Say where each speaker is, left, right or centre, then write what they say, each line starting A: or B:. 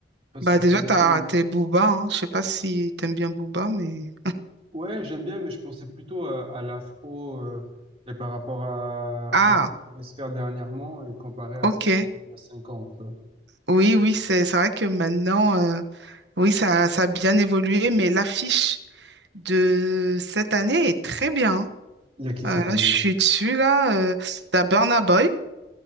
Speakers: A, on the right; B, on the right.
A: Parce
B: Bah
A: que
B: déjà,
A: pour le
B: t'as
A: coup,
B: raté Booba, hein. Je sais pas si t'aimes bien Booba, mais...
A: Ouais, j'aime bien, mais je pensais plutôt à, à l'afro euh, et par rapport à,
B: Ah,
A: à ce qui pouvait se faire dernièrement et comparé à
B: ok.
A: ce qui se faisait il y a cinq ans, tu vois.
B: Oui, oui, c'est c'est vrai que maintenant, euh, oui, ça, ça a bien évolué, mais l'affiche de cette année est très bien. hein.
A: Il y a qui cette
B: Euh,
A: année?
B: là, je suis dessus, là. Euh, t'as Burna Boy,